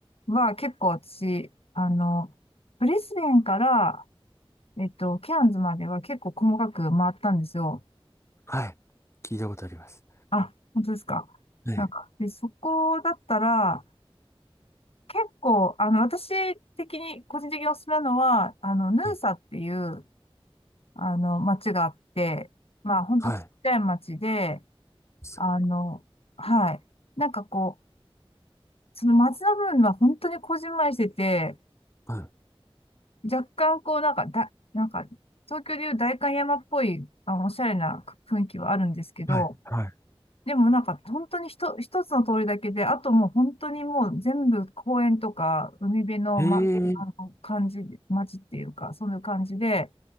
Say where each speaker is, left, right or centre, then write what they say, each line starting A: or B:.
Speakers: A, on the left; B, on the left.
A: は結構私、あの、ブリスベンから、えっと、ケアンズまでは結構細かく回ったんですよ。
B: さい。はい。聞いたことあります。
A: あ、本当ですか。
B: はい。
A: なんか、で、そこだったら、結構、あの、私的に、個人的におすすめなのは、あの、ヌーサっていう、
B: はい。
A: あの、町があって、まあ、ほんとちっちゃい町で、
B: はい。そ
A: あの、はい。なんかこう、その町の部分は本当にこじんまりしてて、
B: うはい。
A: 若干こう、なんか、だ、なんか、東京でいう代官山っぽい、あの、おしゃれな雰囲気はあるんですけど、
B: はい。はい
A: でもなんか、本当にひと、一つの通りだけで、あともう本当にもう全部公園とか、海辺の、
B: ええ
A: ま、あの、感じ、町っていうか、そういう感じで、